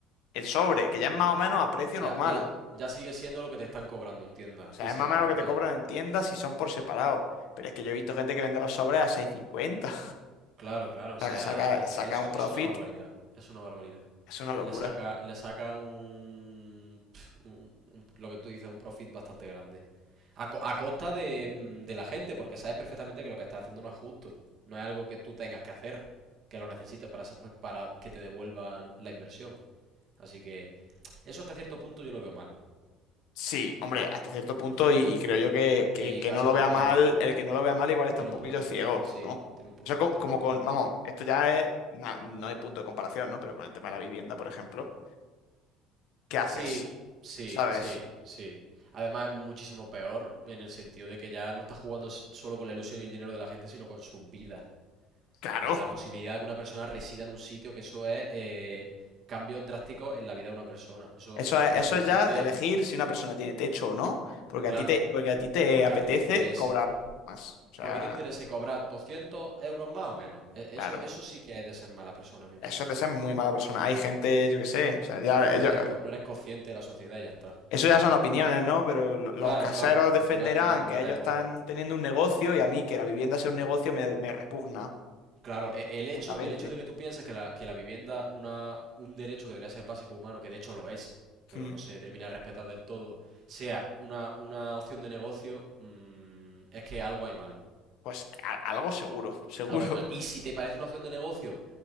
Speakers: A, on the left; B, on the right.
A: el sobre, que ya es más o menos a precio
B: ya,
A: normal.
B: ya, ya sigue siendo lo que te están cobrando en tienda
A: O
B: física,
A: sea, es más o menos
B: la verdad.
A: lo que te cobran en tiendas si son por separado. Pero es que yo he visto gente que vende los sobres a seis cincuenta.
B: Claro, claro, o sea,
A: sa- saca,
B: e-
A: saca
B: e- eso
A: un profit,
B: es una barbaridad, es una barbaridad.
A: es una locura.
B: Le saca, le saca un, pf, un- un- lo que tú dices, un profit bastante grande. A, co- a costa de, mm, de la gente, porque sabes perfectamente que lo que estás haciendo no es justo. No es algo que tú tengas que hacer, que lo necesites para, sa- para que te devuelvan la inversión. Así que eso hasta cierto punto yo lo veo mal.
A: Sí, hombre, hasta cierto punto, y, y creo yo que,
B: Y
A: que el que
B: casi
A: no lo
B: completamente,
A: vea mal,
B: ¿no?
A: el que no lo vea mal igual está
B: Tiene
A: un
B: un
A: poquillo
B: problema,
A: ciego,
B: sí,
A: ¿no?
B: tiene un, po-
A: Eso como,
B: tiene
A: como
B: un problema.
A: con, vamos, esto ya es, na- no hay punto de comparación, ¿no? Pero con el tema de la vivienda, por ejemplo, ¿qué haces?
B: Sí, sí,
A: ¿Sabes?
B: sí, sí. Además es muchísimo peor en el sentido de que ya no está jugando s- solo con la ilusión y el dinero de la gente, sino con sus vidas,
A: Claro.
B: con la posibilidad de que una persona resida en un sitio, que eso es eh, cambios drásticos en la vida de una persona. Eso
A: Eso es,
B: repercute,
A: eso es ya elegir si una persona tiene techo o no, porque
B: claro,
A: a ti te, porque a ti te
B: porque
A: apetece
B: a ti te interese.
A: cobrar más. O sea,
B: Porque te interese cobrar 200 euros más o menos. E- Eso,
A: claro.
B: eso sí que es de ser mala persona, en mi opinión.
A: Eso es de ser muy mala persona. Hay gente, yo qué sé, o sea, ya,
B: No
A: ya-
B: tienes, co- no eres consciente de la sociedad y ya está.
A: Eso ya son opiniones, ¿no? Pero lo- los
B: Claro,
A: caseros
B: claro.
A: defenderán
B: Al final aquí ya nos
A: que
B: metemos.
A: ellos están teniendo un negocio y a mí que la vivienda sea un negocio me, me repugna
B: Claro, e- el
A: profundamente.
B: hecho, el hecho de que tú pienses que la, que la vivienda, una, un derecho que debería ser básico humano, que de hecho lo es, pero
A: Mm,
B: no se termina de respetar del todo, sea una, una opción de negocio, mm, es que algo hay mal.
A: Pues a- algo seguro, seguro.
B: Algo hay mal. Y si
A: <laughs>
B: te parece una opción de negocio